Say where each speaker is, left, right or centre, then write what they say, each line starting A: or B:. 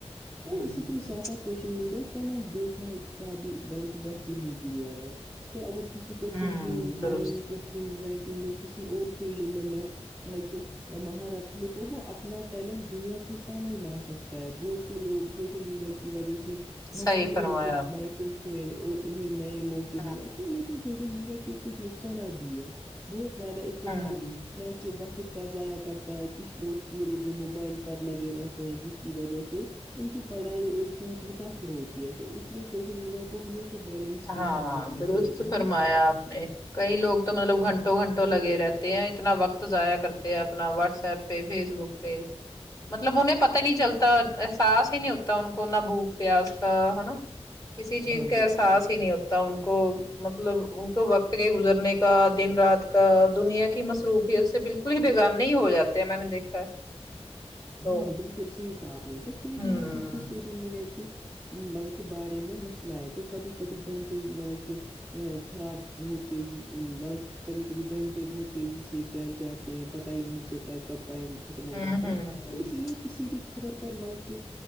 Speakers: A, on the left; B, on the left.
A: تو
B: ہوں
A: اسی کےے ساتھ ساتھ <unintelligible> سوشل میڈیا ٹیلنٹ دیکھنا کا بھی بلکہ بہترین ذریعہ ہے تو اگر کسی
B: ہوں
A: سنکگ ڈرائگ
B: درست
A: کو <unintelligible> رائٹنگ یا کسی اور فیلڈ میں میں مطلب مہارت ہوں تو وہ اپنا ٹیلنٹ دنیا کے سامنے لا سکتا ہے بہت سے لوگ سوشل میڈیا کی وجہ سے مشہور
B: صحیح فرمایا آپ
A: ملب
B: نے
A: ہوئے اور انہیں نئے موقع ملے
B: ہاں
A: تو لیکن سوچ سوشل میڈیا کے کچھ نقصانات بھی ہے بہت زیادہ استعمال
B: ہوں
A: م کے وقت کا ضائع کرتا ہے کچھ لوگ پورے موبائل پر لگے رہتے ہیں جس کی وجہ سے <unintelligible> ان کی پڑھائی اور صحت متاثر ہوتی ہے تو اس لیے سوشل میڈیا کو کو ہمیشہ بیلنس
B: ہاں
A: کے ساتھ رکھنا
B: درست
A: چاہیے
B: فرمایا
A: ہے نا
B: آپ نے <unintelligible> کئی لوگ تو مطلب گھنٹوں گھنٹوں لگے رہتے ہیں اتنا وقت ضائع کرتے ہیں اپنا واٹس ایپ پ فیس بک پہ
A: ھم <unintelligible>
B: مطلب انہیں پتا ہی نہیں چلتا احساس ہی نہیں ہوتا ان کو نہ بھوک پیاس کا ہے نا کسی چیز
A: ہاں
B: کا
A: بالکل
B: احساس
A: بالکل
B: ہی نہیں ہوتا ان کو مطلب ان کو وقت کے گزرنے کا دن رات کا دنیا کی مصروفیت بالکل ہی بےگان نہیں ہو جاتے ہیں میں نے دیکھا لوگ
A: ہاں بالکل صحیح کہا آپ نے تو فیک
B: ہوں
A: نیوزز بھی سوشل میڈیا کی کہ مطلب کہ بارے میں مسئلہ ہےئے تو کبھی کبھی گھنٹے مطلب کہ ا خراب بہت تیزی ا مطلب کبھی کبھی گھنٹے بہت تیزی سے پھیل جاتے ہیں پتہ ہی نہیں چلتا کب ٹائم ختم ہو
B: ہوں
A: جاتا
B: ہوں
A: ہے تو اسی لیے کسی بھی خبر پر مطلب کہ